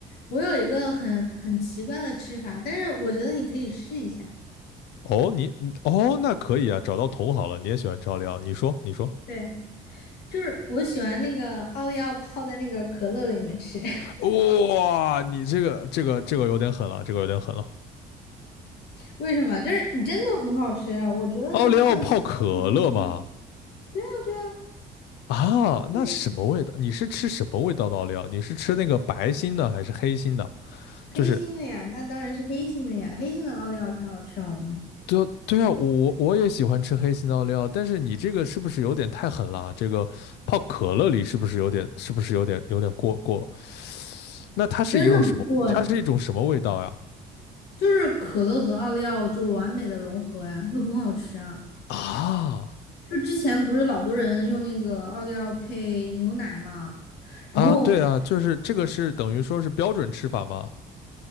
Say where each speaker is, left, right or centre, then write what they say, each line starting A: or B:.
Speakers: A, on the left; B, on the left.
A: 我有一个很很奇怪的吃法，但是我觉得你可以试一下。
B: 哦，你你哦，那可以啊，找到同好了，你也喜欢吃奥利奥，你说你说，
A: 对，就是我喜欢那个奥利奥泡在那个可乐里面吃。
B: 哇，你这个这个这个有点狠了，这个有点狠了。
A: 为什么？就是你真的很好吃啊，我觉得真的强烈推荐你可以。
B: 奥利奥泡可乐吗？
A: 对啊，对啊，
B: 啊，
A: 对呀，
B: 那什么味道？你是吃什么味道的奥？你是吃那个白心的还是黑心的？
A: 黑心的呀，
B: 就是，
A: 那当然是黑心的呀，黑心的奥利奥才好吃好吗？
B: 对对啊，我我也喜欢吃黑心的奥，但是你这个是不是有点太狠了啊？这个泡可乐里是不是有点，是不是有点有点过过？那它是一种什么？
A: 真的不错，
B: 它是一种什么味道呀？
A: 就是可乐和奥利奥就是完美的融合呀，就很好吃啊。
B: 啊
A: 就之前不是老多人用那个奥利奥配牛奶嘛，然后
B: 啊，对啊，就是这个是等于说是标准吃法吗？